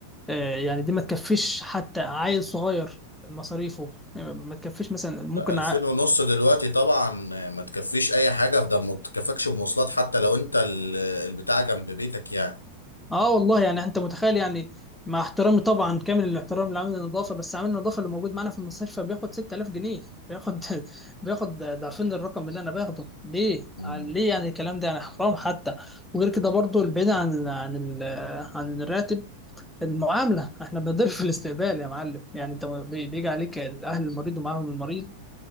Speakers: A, in the centre; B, on the left.
A: آه، يعني دي ما تكفيش حتى عيل صغير مصاريفه ما تكفيش مثلا ممكن
B: لا 2000 ونص دلوقتي طبعا ما تكفيش اي حاجة في ده ما تكفكش مواصلات حتى لو انت ال- البتاع جنب بيتك يعني
A: اه والله يعني انت متخيل يعني مع احترامي طبعا كامل الاحترام لعامل النظافه بس عامل النظافه اللي موجود معانا في المستشفى بياخد 6000 جنيه بياخد <laughs> بياخد ضعفين الرقم اللي انا باخده ليه
B: مم.
A: آه ليه يعني الكلام ده يعني حرام حتى وغير كده برضو البعيد عن عن ال- عن الراتب المعامله احنا بنضرب في الاستقبال يا معلم يعني انت بي- بيجي عليك اهل المريض ومعاهم المريض